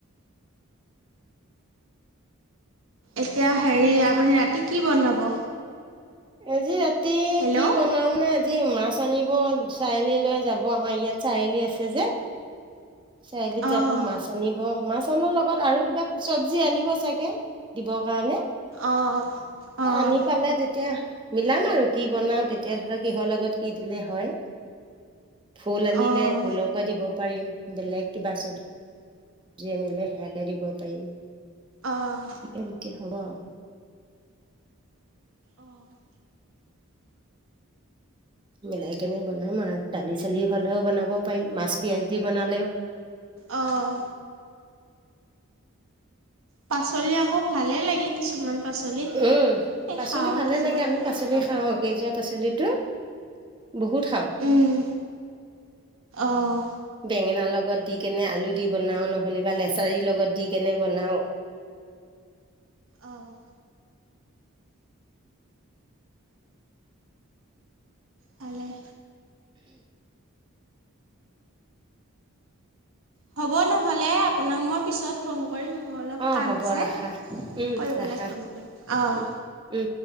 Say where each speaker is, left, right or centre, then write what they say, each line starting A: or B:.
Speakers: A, on the right; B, on the right.
A: এতিয়া হেৰি আপুনি ৰাতি কি বনাব-
B: আজি ৰাতি
A: হেল্ল'
B: কি বনাম নে আজি মাছ আনি- ব চাৰিআলি লৈ যাব আমাৰ ইয়াত চাৰিআলি আছে। যে চাৰিআলিত
A: অঁ
B: যাব মাছ আনিব মাছ অনাৰ লগত আৰু কিবা চব্জি আনিব চাগে দিব। দিব কাৰণে
A: অঁ অঁ
B: আনি পালে তেতিয়া। মিলাম আৰু কি বনাও তেতিয়া ধৰক কিহৰ লগত কি দিলে হয়। ভুল আনিলে
A: অঁ
B: ভুলকে দিব পাৰিম বেলেগ কিবা চবজি চবজি আনিলে সেয়াকে দিব পাৰিম
A: অঁ
B: তেনেকে হব আৰু
A: অঁ
B: মিলাই কেনে বনাম আৰু দালি চালি হ'লেও বনাব পাৰিম মাছ পিয়াজ দি বনালেও-
A: অঁ পাচলি আকৌ ভালে লাগে কিছুমান পাচলি
B: উম
A: এই
B: পাচলি
A: খাওঁ
B: ভালে
A: কিছুমান
B: লাগে আমি পাচলি
A: নাখাওঁ
B: খাওঁ সিজোৱা পাচলিটো বহুত খাও
A: উম অঁ
B: বেঙেনা লগত লগত দি কেনে আলু দি বনাও নহ'লে বা লেচাৰীৰ লগত দি কেনে বনাও
A: অঁ ভালেই হ'ব নহ'লে আপোনাক মই পিছত ফোন কৰ কৰিম মোৰ অলপ
B: অ
A: কাম
B: হ'ব
A: আছে
B: ৰাখা উম
A: কৰি
B: ৰাখা
A: পেলাই ফোন কৰিম অঁ
B: উম উম